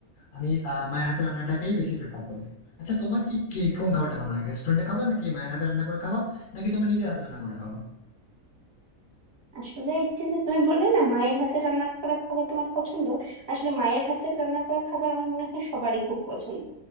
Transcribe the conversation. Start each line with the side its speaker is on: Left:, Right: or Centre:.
Left: আমি আহ, মায়ের হাতের রান্নাটাকেই বেশি প্রেফার করি আচ্ছা তোমার কি কি- কোন খাবারটা ভালো লাগে রেস্টুরেন্টে খাবার নাকি মায়ের হাতে রান্না করে খাবার নাকি তোমার নিজের হাতে রান্না করে খাওয়া
Right: আসলে এই যে যে তুমি বললে না মায়ের হাতে রান্না করা খাবার তোমার পছন্দ আসলে মায়ের হাতে রান্না করা খাবার আমার মনে হয় সবারই খুব পছন্দ